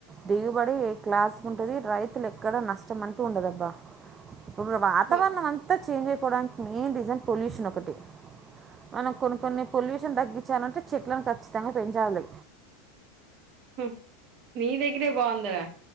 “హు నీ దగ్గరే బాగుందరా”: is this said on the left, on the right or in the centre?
Right